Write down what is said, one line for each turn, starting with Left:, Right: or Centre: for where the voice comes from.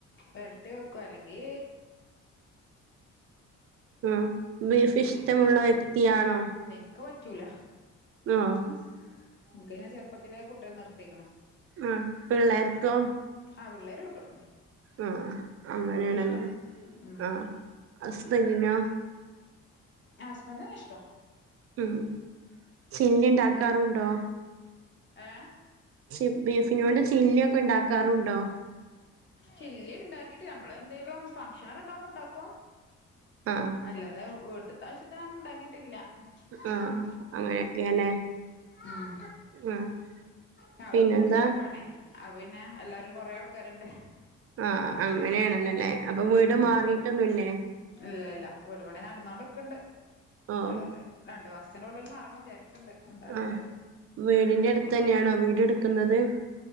Left: വെര്ട്ടി വെക്കും അല്ലെങ്കീ
Right: ഉം ബീഫ് ഇഷ്ടമുള്ള വ്യക്തിയാണോ
Left: ക്ക് പറ്റൂല
Right: ആഹ്
Left: ഇൻക്ക് പിന്നെ ആ ചെർ പ്പത്തിലേ കൂട്ടൽ നിർത്തീക്ക്ണ്
Right: ആഹ് പിള്ളേർക്കോ
Left: ആഹ് പിള്ളേര് കൂട്ടും
Right: ആഹ് അങ്ങനെയാണല്ലേ
Left: ഓൽക്കിഷ്ടാ ഉം
Right: ആഹ് ഹസ്ബന്റിനോ
Left: ഏഹ് ഹസ്ബന്റിന് ഇഷ്ടാ
Right: ഉം ചില്ലിണ്ടാക്കാറുണ്ടോ
Left: ഏഹ്
Right: ച് ബീഫിനോണ്ട് ചില്ല്യൊക്കെ ണ്ടാക്കാറുണ്ടോ
Left: ചില്ലിണ്ടാക്കീട്ട് അമ്മള് എന്തേലും ഫംഗഷനൊക്കെ ണ്ടാവുമ്പം ണ്ടാക്കും
Right: ആഹ്
Left: അല്ലാതെ വീട്ട്ത്താവശ്യത്തിനൊന്നും ണ്ടാക്കീട്ടില്ല
Right: ആഹ്
Left: ഉം
Right: അങ്ങനെയൊക്കെയാല്ലേ
Left: ഉം
Right: ആഹ്
Left: ഞങ്ങള്
Right: പിന്നെന്താ
Left: കൂട്ടു കുടുംബാണേ അപ്പൊ പിന്നെ എല്ലാരും കൊറേ ആൾക്കാര്ണ്ട്
Right: ആഹ് അങ്ങനെയാണല്ലല്ലേ അപ്പം വീട് മാറീട്ടൊന്നുല്ലേ
Left: അപ്പൊ ഇല്ല ഇല്ല വീട് പണി നടന്നോണ്ട്ക്ക്ണ്ട്
Right: ഓഹ്
Left: അതെ അതെ രണ്ട് മാസ്ത്തിന്റെ ഉള്ളില് മാറണം വിചാരിക്ക്ണ്ട് എന്താ അറീലാ
Right: ആഹ് വീടിന്റെ അട്ത്തെന്ന്യാണോ വീട് ഇട്ക്ക്ന്നത്